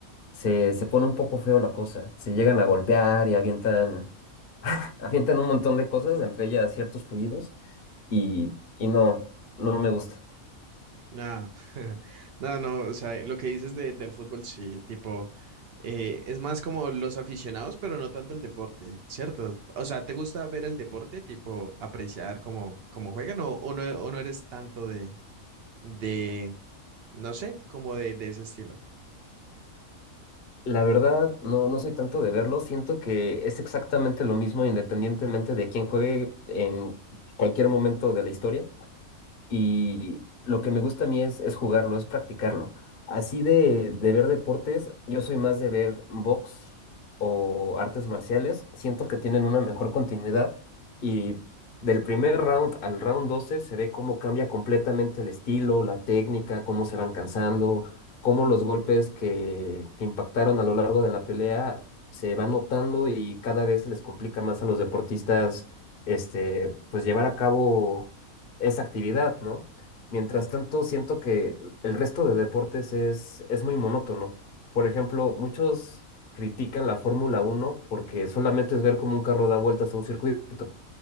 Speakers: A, on the left (about 50°); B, on the right (about 60°).
A: se, se pone un poco feo la cosa. Se llegan a golpear y avientan, <laughs> avientan un montón de cosas, entre ellas ciertos fluidos, y, y no, no me gusta.
B: Nada, <laughs> no, no, o sea, lo que dices de- del fútbol, sí, tipo, eh, es más como los aficionados, pero no tanto el deporte, ¿cierto? O sea, ¿te gusta ver el deporte, tipo, apreciar cómo, cómo juegan o, o no, o no eres tanto de, de, no sé, como de, de ese estilo?
A: La verdad, no, no soy tanto de verlo, siento que es exactamente lo mismo independientemente de quién juegue en cualquier momento de la historia y lo que me gusta a mí es, es jugarlo, es practicarlo. Así de, de ver deportes, yo soy más de ver box o artes marciales. Siento que tienen una mejor continuidad y del primer round al round 12 se ve cómo cambia completamente el estilo, la técnica, cómo se van cansando, cómo los golpes que, que impactaron a lo largo de la pelea se van notando y cada vez les complica más a los deportistas este, pues llevar a cabo esa actividad, ¿no? Mientras tanto, siento que el resto de deportes es, es muy monótono. Por ejemplo, muchos critican la Fórmula uno porque solamente es ver cómo un carro da vueltas a un circuito.